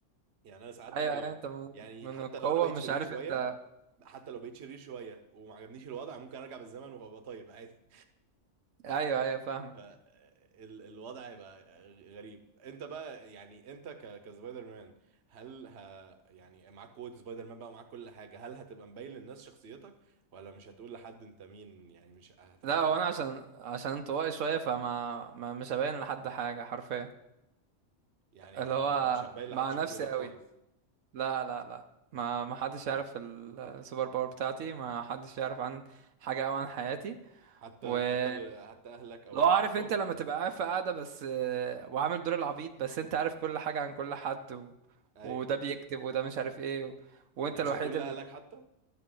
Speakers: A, on the right (about 60°); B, on the right (about 85°).
A: يعني انا ساعات
B: ايوه
A: ممكن أبقى
B: ايوه انت من
A: يعني
B: من
A: حتى
B: القوة
A: لو انا بقيت
B: مش
A: شرير
B: عارف
A: شويه
B: انت
A: حتى لو بقيت شرير شويه وما عجبنيش الوضع ممكن ارجع بالزمن وابقى طيب عادي
B: ايوه
A: يعني
B: ايوه فاهمة
A: ف- ال- الوضع هيبقى غريب انت بقى يعني انت ك كسبايدر مان هل ه يعني معاك قوة سبايدر مان بقى ومعاك كل حاجة هل هتبقى مبين للناس شخصيتك ولا مش هتقول لحد انت مين يعني مش هتبقى
B: لا
A: خافية
B: هو انا عشان عشان انطوائي شوية فما ما مش هبين لحد حاجة حرفيا
A: يعني
B: اللي
A: ه-
B: هو
A: مش هتبين لحد
B: مع
A: شخصيتك
B: نفسي
A: خالص
B: قوي لا لا لا ما ما حدش يعرف ال- السوبر باور بتاعتي ما حدش يعرف عن حاجة او عن حياتي
A: حتى
B: ولو
A: حتى ال- حتى اهلك او
B: عارف
A: اللي بتحبهم
B: انت لما تبقى قاعد في قاعدة بس آه، وعامل دور العبيط بس انت عارف كل حاجة عن كل حد و...
A: ايوه
B: وده بيكذب وده مش عارف ايه و... وانت
A: يعني مش
B: الوحيد
A: هتقول لاهلك حتى